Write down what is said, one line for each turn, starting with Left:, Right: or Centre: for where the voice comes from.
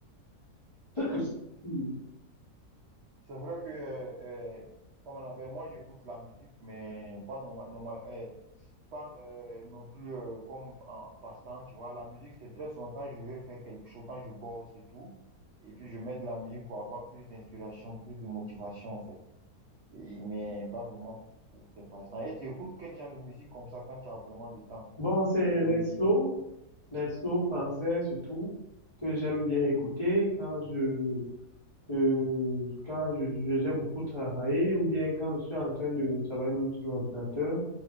Left: <coughs> Hmm.
Right: C'est vrai que, euh, euh, comme on appelle, moi j'écoute la musique, mais pas, normal, normal- euh, pas euh, non plus euh, comme en passe-temps, tu vois. La musique, c'est très souvent quand je veux faire quelque chose, quand je bosse et tout. Et puis je mets de la musique pour avoir plus d'inspiration, plus de motivation en fait. Et- mais pas vraiment pour, pour tes passe-temps. Et tu écoutes quel genre de musique comme ça quand tu as vraiment le temps,
Left: Bon, c'est
Right: euh, des temps
Left: les
Right: libres,
Left: slow, les slow français surtout, que j'aime bien écouter quand je, Euh, quand je, je- j'ai beaucoup travaillé ou bien quand je suis en train de travailler même sur l'ordinateur,